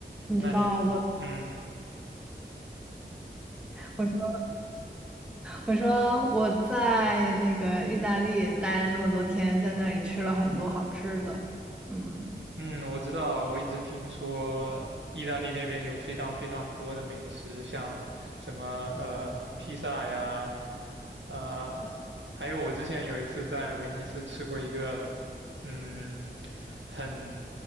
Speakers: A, in the centre; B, on the right.
A: 你知道我，
B: 那你，嗯
A: 我说我说我在那个意大利待了那么多天，在那里吃了很多好吃的。嗯，
B: 嗯，我知道，我一直听说意大利那边有非常非常多的美食，像什么呃披萨呀，呃，还有我之前有一次在威尼斯吃过一个，嗯，很